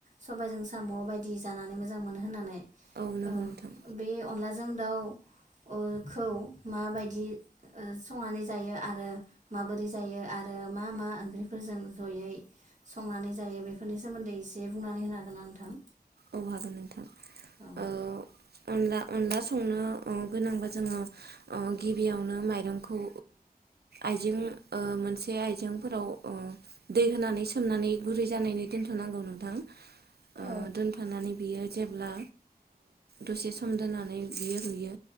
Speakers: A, on the right; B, on the right.
A: सबायजों साम' बायदि जानानै मोजां मोनो होननानै
B: औ नंगौ
A: ओ
B: नोंथां
A: बे अनलाजों दाउ <unintelligible> माबायदि संनानै जायो आरो माबोरै जायो आरो मा मा ओंख्रिफोरजों जयै संनानै जायो। बेफोरनि सोमोन्दै एसे बुंनानै होनो हागोनना नोंथां?
B: औ हागोन नोंथां।
A: औ
B: ओ अनला अनला संनो गोनांबा जोङो गिबियावनो माइरंखौ आइजें मोनसे आइजेंफोराव दै होनानै सोमनानै गुरै जानायनि दोनथ'नांगौ नोंथां।
A: औ
B: ओ दोन मानि बियो जेब्ला दसे सम दोननानै बियो रुयो